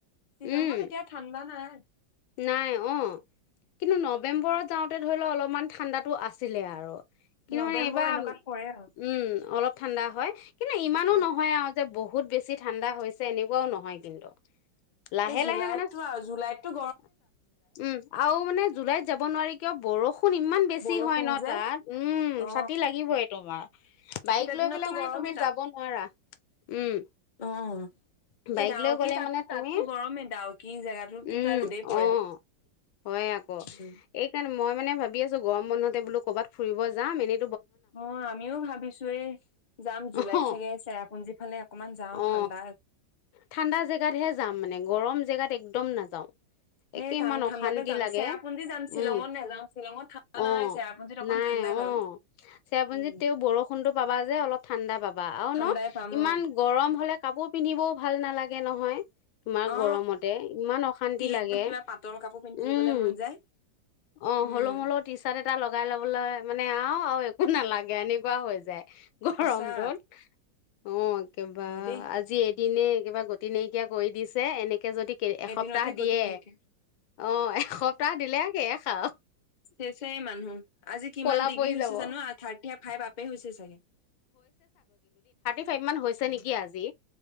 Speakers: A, on the left (about 40°); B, on the left (about 85°).
A: শ্বিলঙত
B: উম
A: এতিয়া ঠাণ্ডা নাই। <inaudible>
B: নাই, অ। কিন্তু নৱেম্বৰত যাওঁ তে ধৰি ল অলপমান ঠাণ্ডাটো আছিলে আৰু কিন্তু
A: নৱেম্বৰ
B: মানে এইবাৰ
A: এনেকুৱাত পৰে আৰু
B: উম, অলপ ঠাণ্ডা হয় কিন্তু ইমানো
A: অ
B: নহয় আৰু যে বহ বহুত বেছি ঠাণ্ডা হৈছে এনেকুৱাও নহয় কিন্তু। লাহে
A: এই জুলাইতটো
B: লাহে মানে
A: আৰু জুলাইতটো
B: উম, আৰু মানে জুলাইত যাব নোৱাৰি কিয় বৰষ ষুণ ইমান বেছি
A: বৰষুণ
B: হয় ন
A: যে
B: তাত? উম,
A: অ
B: ছাতি লাগিবই তোমাৰ। বাইক
A: এইকেইটা
B: লৈ
A: দিনততো
B: পেলাই মানে
A: গৰমেই
B: তুমি
A: তাত
B: যাব নোৱাৰা। উম,
A: অ
B: বাইক
A: এই ডাউকি
B: লৈ গলে
A: তাতো
B: মানে তুমি,
A: তাততো গৰমেই ডাউকি জেগাটোতো
B: উম।
A: তাত ৰ'দেই পৰে
B: অ', হয় আকৌ,
A: উম
B: এইকাৰণে মই মানে ভাবি আছোঁ, গৰম বন্ধতে বোলো ক'বাত ফুৰিব যাম, এনে
A: অ', আমিও ভাবিছোঁ এ, যাম জুলাইত
B: অ
A: চাগে চেৰাপুঞ্জী ফালে অকমান যাওঁ
B: অ
A: ঠাণ্ডা
B: ঠাণ্ডা জেগাতহে যাম মানে, গৰম জেগাত একদম নাযাওঁ।
A: সেই
B: একে
A: টান
B: ইমান
A: ঠাণ্ডাতে
B: অশান্তি
A: যাম
B: লাগে।
A: চেৰাপুঞ্জী যাম শ্বিলঙত
B: উম,
A: নাযাওঁ শ্বিলঙত ঠাণ্ডা নাই
B: অ',
A: চেৰাপুঞ্জীত অকণ
B: নাই
A: ঠাণ্ডাই বাৰু
B: অ', চেৰাপুঞ্জিত
A: উম
B: তেওঁ বৰষুণটো পাবা যে অলপ ঠাণ্ডা পাবা। আৰু
A: ঠাণ্ডাই
B: ন
A: পাম
B: ইমান
A: অ
B: গৰম হলে কাপোৰ পিন্ধিবও ভাল নালাগে নহয় তোমাৰ
A: অ
B: গৰমতে, ইমান অশান্তি লাগে,
A: একদম কিবা পাতল কাপোৰ পিন্ধি থাকিবলৈ
B: উম,
A: মন যায়
B: অ'
A: উম
B: হলৌ মলৌ টি চাৰ্ট এটা লগাই লবলৈ মানে আও আ একো নালাগে, এনেকুৱা হৈ যায়। গৰম
A: সঁচা
B: টোত। অ'। কিবা
A: হয় দেই
B: আজি দিনে কিবা গতি নাইকিয়া কৰি দিছে, এনেক কে যদি এসপ্তাহ
A: এদিনতে গতি
B: দিয়ে,
A: নাইকিয়া
B: অ', এসপ্তাহ দিলে শেষ। খাওঁ।
A: শেষেই মানুহ, আজি কিমান
B: ক'লা
A: ডিগ্ৰী
B: পৰি
A: হৈছে
B: যাব।
A: জানো, আ থাৰ্টিয়ে ফাইভ আপে হৈছে চাগে।
B: ফাইব মান হৈছে
A: উম,
B: নেকি আজি?